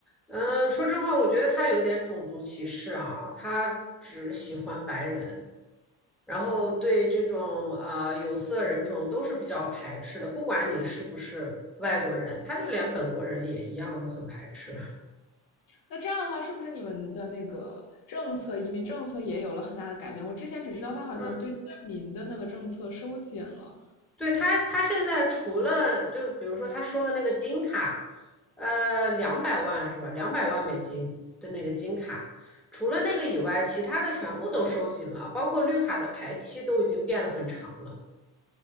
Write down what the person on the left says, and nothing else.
那这样的话，是不是你们的那个政策，移民政策也有了很大的改变？我之前只知道他好像对难民的那个政策收紧了，